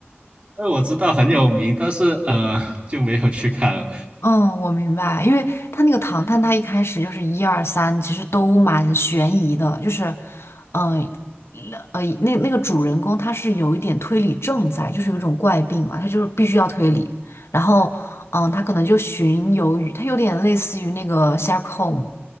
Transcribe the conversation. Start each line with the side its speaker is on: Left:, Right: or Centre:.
Right: 哎，我知道很有名，但是呃就没有去看了。
Left: 嗯，我明白，因为他那个唐探，他一开始就是一二三，其实都蛮悬疑的，就是，嗯、呃，呃那那个主人公他是有一点推理症在，就是有一种怪病嘛，他就是必须要推理，然后，嗯、他可能就巡游于，他有点类似于那个 Sherlock Holmes，